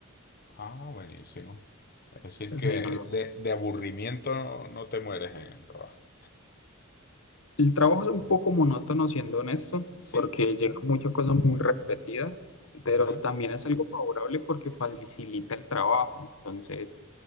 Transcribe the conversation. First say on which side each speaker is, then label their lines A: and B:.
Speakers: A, on the left; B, on the left.
A: Ah, buenísimo. Es decir,
B: Entonces,
A: que
B: ahí no lo-
A: de, de aburrimiento no te mueres en el trabajo.
B: El trabajo es un poco monótono, siendo honesto,
A: Sí.
B: porque llega
A: Ah,
B: mucha cosa muy repetida,
A: ya.
B: pero también es algo favorable porque facilita el trabajo. Entonces,